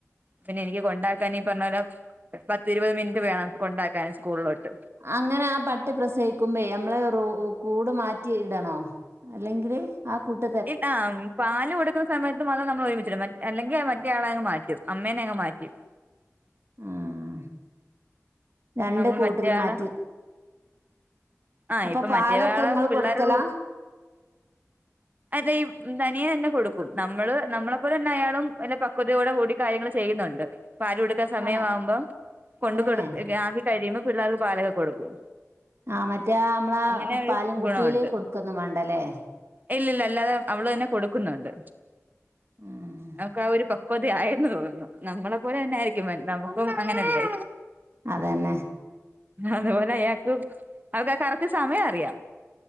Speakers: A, on the right (about 35°); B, on the right (about 50°).
A: പിന്നെ എനിക്ക് കൊണ്ടാക്കാനീ പറഞ്ഞ പോലെ പത്ത് ഇരുപത് മിനിറ്റ് വേണം കൊണ്ടാക്കാന് സ്കൂളിലോട്ട്.
B: അങ്ങനെ ആ പട്ടി പ്രസവിക്കുമ്പേ നമ്മള് റ കൂട് മാറ്റി ഇടണോ? അല്ലെങ്കില്? ആ കൂട്ട
A: ഈ കാ പാല് കൊടുക്കുന്ന സമയത്ത് മാത്രം നമ്മളൊരുമിച്ചിടും അല്ലെങ്കി മറ്റയാളെയങ്ങു മാറ്റും അമ്മേനെ അങ്ങു മാറ്റും.
B: ആ രണ്ട്
A: നമ്മൾ
B: കൂട്ടില്
A: മറ്റേയാളെ
B: മാറ്റി
A: ആഹ്
B: അപ്പൊ
A: ഇപ്പൊ
B: പാലൊക്കെങ്ങള്
A: മറ്റേയാളെ പിള്ളേര്
B: കൊടുക്കലാ
A: ല്ല തനിയെ തന്നെ കൊടുക്കും നമ്മള്, നമ്മളെ പോലെ തന്നെ അയാളും നല്ല പക്വതയോടെ കൂടി കാര്യങ്ങൾ ചെയ്യുന്നൊണ്ട്. പാല് കൊടുക്കാൻ സമയമാവുമ്പം
B: ആണോ
A: കൊണ്ട
B: ഏഹ്
A: കൊടു ആക്കി കഴിയുമ്പോ പിള്ളേർക്ക് പാലൊക്കെ കൊടുക്കും.
B: ആ മറ്റേ ആ നമ്മളാ
A: അങ്ങനെ ഒരു
B: പാലും കുപ്പീല്
A: ഗുണമുണ്ട്
B: കൊടുക്ക്ന്നും വേണ്ടല്ലേ?
A: ഇല്ലില്ല അല്ലാതെ അവള് തന്നെ കൊടുക്കുന്നൊണ്ട്.
B: ഉം
A: ആ ഒരു പക്വതയായെന്ന് തോന്നുന്നു നമ്മളെ പോലെ തന്നെ ആയിരിക്കും നമുക്കും അങ്ങനല്ലേ.
B: അതന്നെ.
A: അതുപോലെ അയാക്ക് അവർക്കാ കറക്റ്റ് സമയം അറിയാം